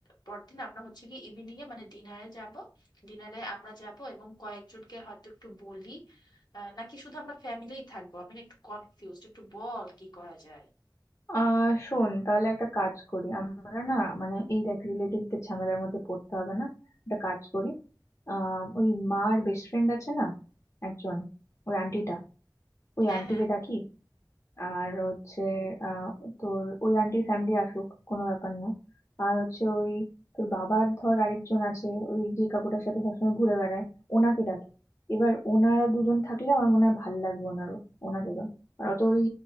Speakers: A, on the left; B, on the left.
A: পরদিন আমরা হচ্ছে কি ইভিনিং এ মানে ডিনারে যাব ডিনারে আমরা যাব এবং কয়েকজনকে হয়তো একটু বলি আহ, নাকি শুধু আমরা ফ্যামিলিই থাকবো আমি না একটু কনফিউজড একটু বল কি করা যায়
B: আহ শোন তাহলে একটা কাজ করি আমরা না মানে এই দেখ রিলেটিভদের ঝামেলার মধ্যে পড়তে হবে না একটা কাজ করি আহ ওই মার বেস্ট ফ্রেন্ড আছে না একজন ওই আন্টিটা ওই
A: হ্যাঁ
B: আন্টিকে
A: হ্যাঁ
B: ডাকি আর হচ্ছে আহ তোর ওই আন্টির ফ্যামিলি আসুক কোনো ব্যাপার না আর হচ্ছে ওই তোর বাবার ধর আরেকজন আছে ওই যে কাকুটার সাথে সবসময় ঘুরে বেড়ায় ওনাকে ডাকি এবার ওনারা দুজন থাকলে আমার মনে হয় ভাল লাগবে ওনারও ওনাদেরও আর অত ওই